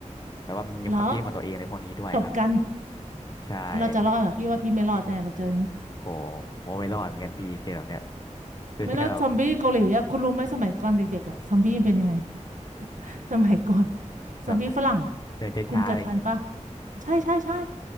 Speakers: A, on the left; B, on the right.
A: แบบว่ามันมีความคิดของตัวเองในพวกนี้ด้วยครับ
B: แล้วจบกัน
A: ใช่
B: เราจะรอดอ่อพี่ว่าพี่ไม่รอดแน่เราเจออย่างนี้
A: โหโมไม่รอดเหมือนกันพี่เจอแบบเนี้ยคือแค่แบบ
B: ไม่แล้วซอมบี้เกาหลีอะคุณรู้ไหมสมัยก่อนเด็กๆอ่ะซอมบี้มันเป็นยังไง <laughs> สมัยก่อน
A: แบบเดิ
B: ซอมบี้ฝรั่งอะ
A: นช้าๆอะไรอย่างเงี้ย
B: คุณเกิดทันปะใช่ใช่ใช่